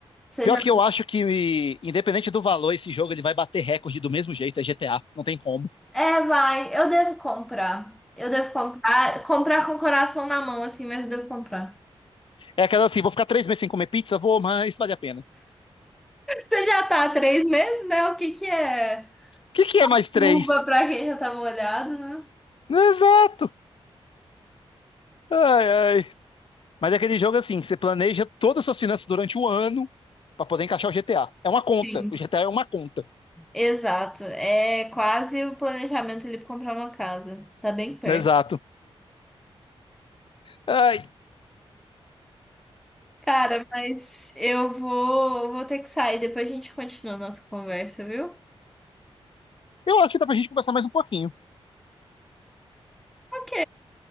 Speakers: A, in the centre; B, on the left (about 55°).
A: seja...
B: pior que eu acho que independente do valor, esse jogo ele vai bater recorde do mesmo jeito, é GTA, não tem como.
A: É, vai, eu devo comprar. Eu devo comprar, comprar com o coração na mão, assim, mas eu devo comprar.
B: É aquela assim, vou ficar três meses sem comer pizza, vou, mas vale a pena.
A: Você já tá há três meses, né? O que que é
B: O que que é mais três?
A: luva pra quem já tá molhado, né?
B: Exato. Ai, ai. Mas é aquele jogo assim, que você planeja todas as suas finanças durante o ano para poder encaixar o GTA. É uma conta.
A: Sim.
B: O GTA é uma conta.
A: Exato. É quase o planejamento ali pra comprar uma casa. Tá bem perto.
B: Exato. Ai,
A: Cara, mas eu vou, vou ter que sair. Depois a gente continua a nossa conversa, viu?
B: eu acho que dá pra gente conversar mais um pouquinho.
A: Ok.